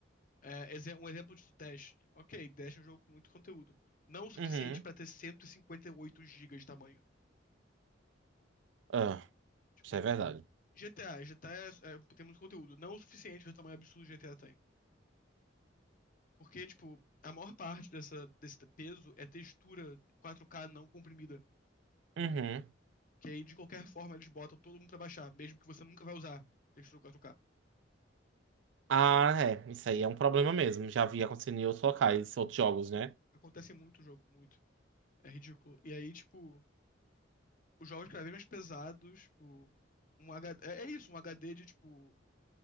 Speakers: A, on the left; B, on the right.
A: é, exe- um exemplo disso, Dash. Ok, Dash é um jogo com muito conteúdo. Não o suficiente
B: Uhum.
A: pra ter cento e e cinquenta e oito gigas de tamanho.
B: Ah,
A: Tipo,
B: isso é verdade.
A: GTA, GTA é- é- tem muito conteúdo. Não o suficiente para o tamanho absurdo que GTA tem. Porque, tipo, a maior parte dessa, desse peso é textura quatro k não comprimida, entendeu?
B: Uhum.
A: Que aí, de qualquer forma, eles botam todo mundo pra baixar, mesmo que você nunca vai usar textura quatro k
B: Ah, é, isso aí é um problema mesmo. Já vi acontecendo em outros locais, outros jogos, né?
A: Acontece muito o jogo, muito. É ridículo. E aí, tipo, os jogos cada vez mais pesados, tipo, um HD, é é isso, um HD de tipo